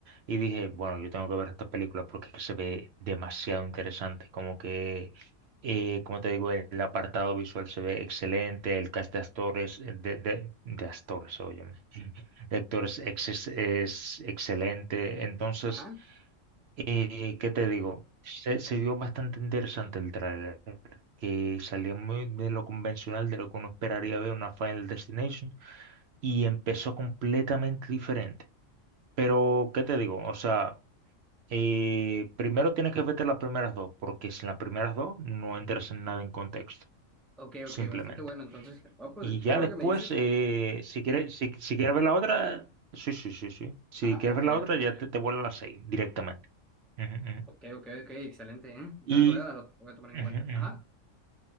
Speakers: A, on the right; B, in the centre.
A: y dije, bueno, yo tengo que ver esta película porque es que se ve demasiado interesante, como que eh, como te digo, el apartado visual se ve excelente, el cast de actores, eh, de, de, de actores, óyeme, de actores ex- es, es excelente. Entonces,
B: Ajá.
A: eh, ¿qué te digo? Se, se vio bastante interesante el tráiler, que salió muy de lo convencional, de lo que uno esperaría ver una Final Destination, y empezó completamente diferente. Pero, ¿qué te digo? O sea, eh, primero tienes que verte las primeras dos, porque sin las primeras dos no entras en nada en contexto
B: Ok,
A: simplemente.
B: ok, bastante bueno. Entonces, ah, pues
A: Y ya
B: qué bueno
A: después,
B: que me dices.
A: eh, si quieres, si, si quieres ver la otra, sí, sí, sí, sí. Si
B: Ajá,
A: quieres
B: ok,
A: ver la otra,
B: ok,
A: ya
B: ok.
A: te, te vuelan las seis directamente. Ujú, ujú.
B: Ok, ok, ok, excelente, ¿eh? Entonces
A: Y
B: voy a, dar- voy a tomar en
A: ujú,
B: cuenta. Ajá.